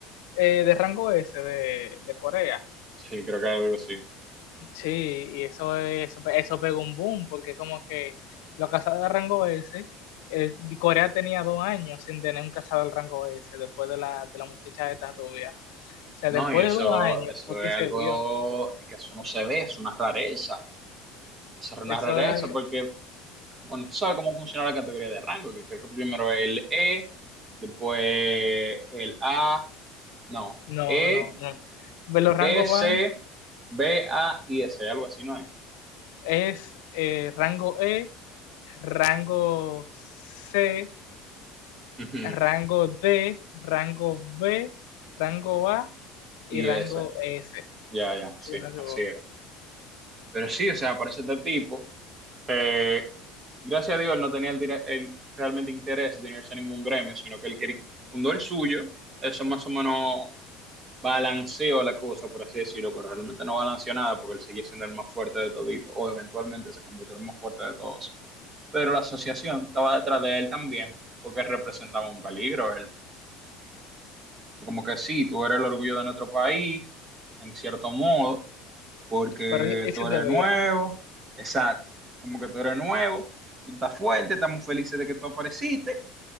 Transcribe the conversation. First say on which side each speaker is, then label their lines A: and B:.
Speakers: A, on the left; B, on the right.
A: eh, de rango S de, de Corea.
B: Sí, creo que algo así.
A: Sí, y eso, es- eso, pe- eso pegó un boom, porque como que los cazados de rango S, eh, Corea tenía dos años sin tener un cazador del rango S después de la, de la muchacha esta rubia. O sea,
B: No,
A: después
B: y eso,
A: de dos años
B: eso
A: fue que
B: es
A: se
B: algo
A: vio.
B: que eso no se ve, es una rareza. Eso es una
A: Eso
B: rareza
A: era-
B: porque Bueno, tú sabes cómo funciona la categoría de rango, que creo que primero el E, después el A, no,
A: no,
B: E,
A: no, no. Ve, Los rangos
B: S,
A: van
B: B, A y S, algo así, ¿no es?
A: es eh, rango E, rango C,
B: Ujú,
A: rango D, rango B, rango A y
B: Y
A: rango
B: S,
A: S.
B: ya,
A: Sí,
B: ya, sí,
A: si no me equivoco.
B: así es. Pero sí, o sea, aparece este tipo. eh, gracias a Dios, él no tenía el, dire- el realmente interés de unirse a ningún gremio, sino que él quería, fundó el suyo. Eso es más o menos balanceó la cosa, por así decirlo, pero realmente no balanceó nada porque él seguía siendo el más fuerte de todito o eventualmente se convirtió en el más fuerte de todos. Pero la asociación estaba detrás de él también porque representaba un peligro. Él, como que sí, tú eres el orgullo de nuestro país, en cierto modo, porque
A: Pero ese
B: tú eres
A: te voy
B: nuevo, exacto, como que tú eres nuevo, tú estás fuerte, estamos felices de que tú apareciste,